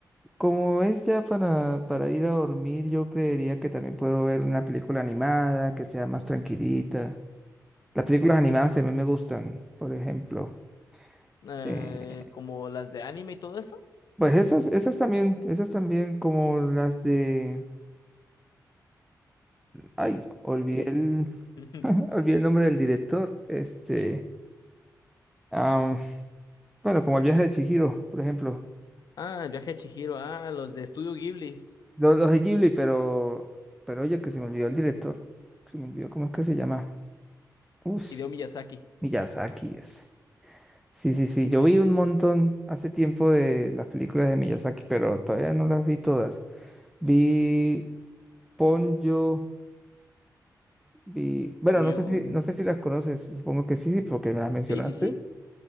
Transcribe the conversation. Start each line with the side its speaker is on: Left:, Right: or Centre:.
Centre: Como es ya para, para ir a dormir, yo creería que también puedo ver una película animada que sea más tranquilita. Las películas animadas a mí me gustan, por ejemplo.
Left: mm, eh,
Centre: eh,
Left: como las de anime y todo eso.
Centre: pues esas, esas también, esas también como las de... Ay, olvidé
Left: Ujú.
Centre: el,
Left: <laughs>
Centre: <laughs> olvidé el nombre del director. Este, am, bueno, como el viaje de Chihiro, por ejemplo.
Left: Ah, el viaje a Chihiro, ah, los de Estudio Ghibli,
Centre: Lo- Los, de Ghibli, pero, pero oye, que se me olvidó el director. Se me olvidó cómo es que se llama. Uf,
Left: Hideo Miyazaki.
Centre: Miyazaki es. Sí, sí, sí. Yo vi un montón hace tiempo de las películas de Miyazaki, pero todavía no las vi todas. Vi Ponyo, vi. Bueno,
Left: Coño.
Centre: no sé si,
Left: ujú.
Centre: no sé si las conoces. Supongo que sí, sí, porque me las mencionaste.
Left: Sí, sí, sí.